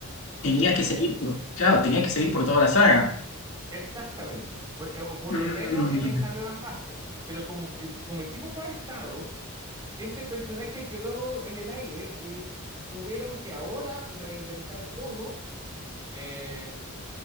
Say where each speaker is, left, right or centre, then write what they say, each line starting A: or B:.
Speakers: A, on the left; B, on the right.
A: Tenía
B: De la,
A: que
B: de
A: seguir
B: la-
A: por, claro, tenía que seguir por toda la saga.
B: exactamente, Por- eh, o por
A: Mm,
B: lo menos en esta nueva fase. Pero como, fu- el, como el tipo fue arrestado, ese personaje quedó en el aire y t- tuvieron que ahora reinventar todo. eh,